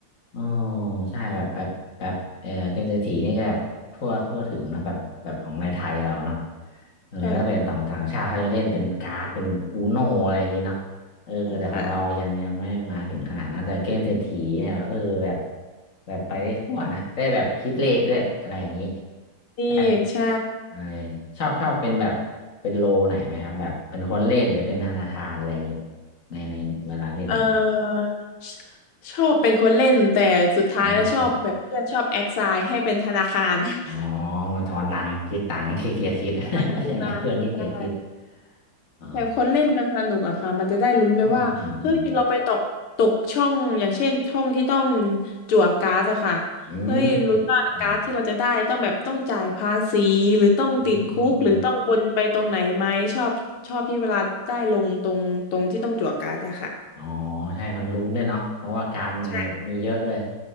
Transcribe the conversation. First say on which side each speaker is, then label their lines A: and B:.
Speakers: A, on the left (about 40°); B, on the left (about 85°).
A: เออใช่แบบแบบแบบเออเกมเศรษฐีนี่จะแบบทั่วทั่วถึงเนอะแบบแบบของในไทยเราเนาะ
B: ๆใช่ค่ะ
A: เออถ้าเป็นต่างต่างชาติเขาจะเล่นเป็นการ์ดเป็นอูโนอะไรอย่างงี้เนาะเออแต่ของเรายังยังไม่มาถึงขนาดนั้นแต่เกมเศรษฐีเนี่ยเออแบบ
B: ค่ะ
A: แบบไปได้ทั่วนะได้แบบคิดเลขด้วยอะไรอย่างงี้
B: นี่ใช่
A: ได้เป็นไอชอบชอบเป็นแบบเป็นโลไหนไหมครับแบบเป็นคนเล่นหรือเป็นธนาคารอะไรอย่างงี้ในในเวลาเล่น
B: เออชชอบเป็นคนเล่นแต่สุดท้ายแล้วชอบแบบเพื่อนชอบแอดไซน์ให้เป็นธนาคาร
A: อืม
B: <laughs>
A: อ๋อมันทอนตังค์คิดตังค์ขี้เกียจคิด
B: ทางกีฬาใช่
A: <laughs> ใช่ไหมเพื่อนขี้เกียจคิดอ๋อ
B: แบบคนเล่นมันสนุกอะค่ะมันจะได้ลุ้นไปว่าเฮ้ยเราไปตกตกช่องอย่างเช่นช่องที่ต้อง
A: อืมอืมอืม
B: จั่วการ์ดอะค่ะ
A: อืม
B: เฮ้ยลุ้นว่าการ์ดที่เราจะได้ต้องแบบต้องจ่ายภาษีหรือต้องติดคุกหรือต้องวนไปตรงไหนไหมชอบชอบที่เวลาได้ลงตรงตรงที่ต้องจั่วการ์ดอะค่ะ
A: อืมอืมอืม อ๋อใช่มันลุ้นด้วยเนาะเพราะว่าการดมันแบบมีเยอะเลย
B: ใช่